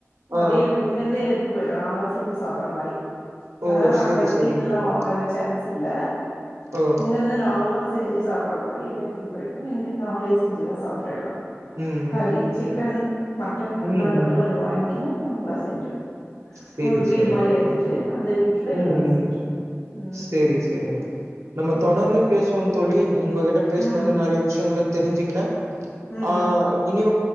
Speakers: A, on the right; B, on the left.
A: ஆ
B: அதே இங்க இருந்தே எடுத்துனுபோய் நாங்கள செஞ்சு சாப்பற மாரி
A: ஓ
B: அதனால
A: செரி
B: அங்க
A: செரிங்க
B: மீன் எல்லாம்
A: தோழி
B: வாங்குற சான்ஸ் இல்ல
A: ஓ
B: இங்க இருந்து நாங்கலோ செஞ்சு சாப்பிடற மாரி எதுந்து போயிருக்கோ இங்க நாங்களே செஞ்சுதான் சாப்பிடலாம்
A: ம்
B: கறி
A: ம்
B: சிக்கன் மட்டன் அந்த
A: ம்
B: மாரி மட்டும் கொஞ்சம் வாங்கிக்கணு நாங்களா செஞ்சோ
A: சேரி
B: ஒரு வீடு
A: சேரிங்க
B: மாரி எடுத்துட்டு
A: உம்
B: அந்த வீட்ல
A: உம்
B: எல்லாமே செஞ்சோ ம்
A: சேரி சேரிங்க நம்ம
B: ம்
A: தொடர்ந்து பேசுவோம் தோழி உங்ககிட்ட பேசினது
B: ம்
A: நிறைய விஷயங்க தெரிஞ்சுகிட்டா
B: ம்
A: ஆஹ் இனி